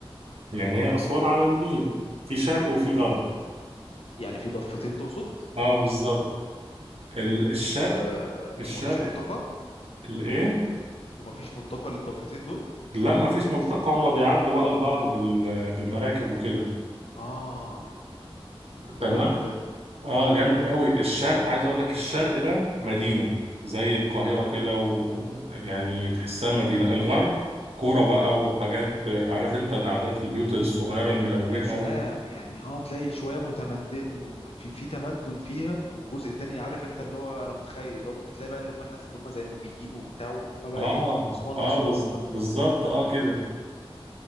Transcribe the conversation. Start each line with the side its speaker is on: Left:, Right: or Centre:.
Right: يعني هي أسوان على النيل في شرق وفي غرب
Left: يعني في ضفتين تقصد
Right: اه بالظبط ال- الشرق
Left: آه
Right: الشرق
Left: ومفيش ملتقى
Right: الايه
Left: ومفيش ملتقى للضفتين دول
Right: لا مفيش ملتقى هما بيعدوا بقى لبعض بال- بالمراكب وكده
Left: اه طب ده
Right: تمام.
Left: جامد ده
Right: اه جامد قوي الشرق عايز اقول لك الشرق ده مدينة زي القاهرة كده ويعني تحسها مدينة الغرب كورة بقى وحاجات آه، عارف انت القعدات البيوت الصغيرة الملونة
Left: يا سلام
Right: و...
Left: يعني اه تلاقي شويه متمدن م- م- في في تمدن فيها والجزء التاني عارف انت اللي هو انا متخيل اللي هو ممكن تلاقي بقى اللي هم الناس اللي هم زي النوبيين وبتاع واللي هم بقى
Right: اه
Left: ايه اسوان
Right: اه
Left: اسوان
Right: بز...
Left: بقى
Right: بالظبط اه كده